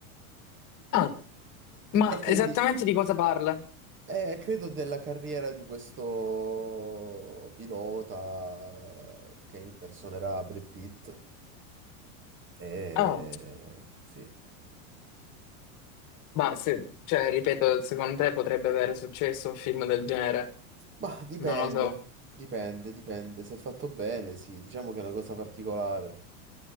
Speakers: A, on the left; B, on the right.
A: Ah, ma
B: E quindi
A: esattamente di cosa parla?
B: eh, credo della carriera di questo pilota eh, che impersonerà Brad Pitt. Eh,
A: Ah,
B: sì.
A: ma se, cioè, ripeto, secondo te potrebbe avere successo un film del genere?
B: Ma dipende,
A: Non lo so.
B: dipende, dipende. Se è fatto bene, sì, diciamo che è una cosa particolare.